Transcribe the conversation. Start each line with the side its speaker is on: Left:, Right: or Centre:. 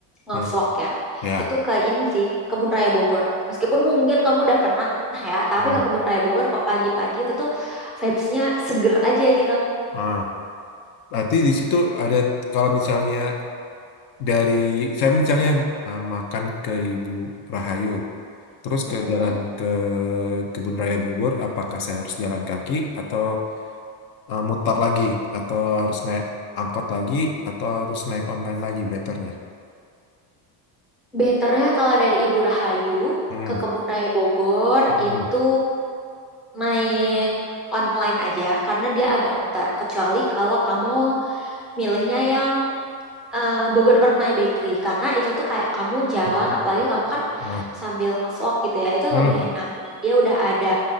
Centre: ngevlog
Left: Mm.
Centre: ya.
Left: Ya.
Centre: Itu ke ini sih, Kebun Raya Bogor. Meskipun mungkin kamu udah pernah ya, tapi
Left: Mm.
Centre: ke Kebun Raya Bogor kok pagi-pagi itu tuh vibes-nya seger aja gitu.
Left: Ah. Berarti di situ ada kalau misalnya dari saya misalnya ah, makan ke Ibu Rahayu, terus
Centre: Mm-mm.
Left: ke jalan ke Kebun Raya Bogor, apakah saya harus jalan kaki atau eh, mutar lagi, atau harus naik angkot lagi, atau harus naik online lagi, betternya.
Centre: Betternya kalau dari Ibu Rahayu
Left: Hmm.
Centre: ke Kebun Raya Bogor
Left: Hmm.
Centre: itu naik online aja karena dia agak mutar. Kecuali kalau kamu milihnya yang eh, Bogor Permai Bakery karena itu tuh kayak kamu jalan
Left: Hmm. Hmm.
Centre: apalagi kamu kan
Left: Nah,
Centre: sambil ngevlog gitu ya itu
Left: Hmm,
Centre: lebih enak dia udah ada